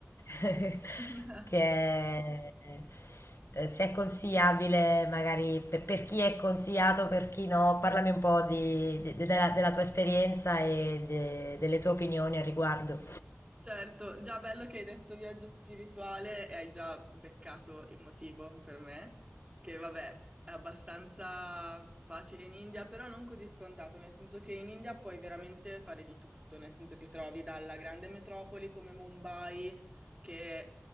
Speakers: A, on the left; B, on the right.
A: <laughs>
B: <laughs>
A: che eh, se è consigliabile magari pe- per, chi è consigliato, per chi no, parlami un po' di- de- della, della tua esperienza e de- delle tue opinioni al riguardo.
B: Certo, già bello che hai detto viaggio spirituale e hai già beccato il motivo per me, che vabbè è abbastanza facile in India, però non così scontato, nel senso che in India puoi veramente fare di tutto, nel senso che trovi dalla grande metropoli come Mumbai, che